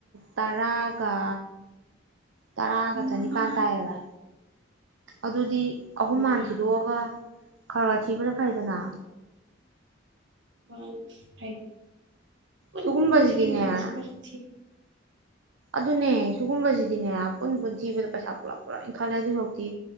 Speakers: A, on the right (about 85°); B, on the right (about 70°).
A: ꯇꯔꯥꯒ ꯇꯔꯥꯒ
B: ꯏꯃꯥ
A: ꯆꯅꯤꯄꯥꯟ ꯇꯥꯏꯌꯦꯕ ꯑꯗꯨꯗꯤ ꯑꯍꯨꯝ
B: ꯏꯃꯥ
A: ꯃꯥꯟ ꯊꯤꯗꯣꯛꯑꯒ ꯈꯔꯊꯤꯕꯅ ꯐꯩꯗꯅ
B: ꯋꯥ ꯍꯥꯏ ꯄꯨ
A: ꯁꯤꯒꯨꯝꯕꯁꯤꯗꯤꯅꯦ
B: ꯄꯨꯟꯅ ꯊ ꯃꯆꯠ ꯃꯆꯠ ꯊ
A: ꯑꯗꯨꯅꯦ ꯁꯤꯨꯒꯨꯝꯕꯁꯤꯗꯤꯅꯦ ꯄꯨꯟ ꯄꯨꯟ ꯊꯤꯕꯗ ꯄꯩꯁꯥ ꯄꯨꯜꯂꯞ ꯄꯨꯂꯞ ꯏꯟꯈꯠꯂꯦ ꯑꯗꯨ ꯍꯧꯖꯤꯛꯇꯤ